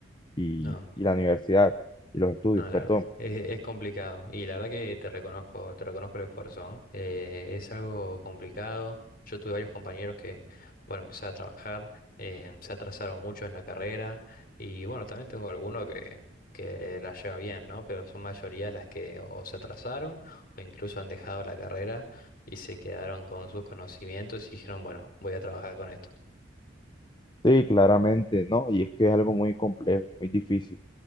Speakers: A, on the left; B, on the left.
A: y,
B: No.
A: y la universidad y los estudios,
B: No, la
A: perdón.
B: verdad, es, es complicado y la verdad que te reconozco, te reconozco el esfuerzo, ¿no? Eh, es algo complicado. Yo tuve varios compañeros que por empezar a trabajar eh, se atrasaron mucho en la carrera y bueno, también tengo alguno que, que la lleva bien, ¿no? Pero son mayoría las que o se atrasaron o incluso han dejado la carrera y se quedaron con sus conocimientos y dijeron, bueno, voy a trabajar con esto.
A: Sí, claramente, no, y es que es algo muy complejo, muy difícil.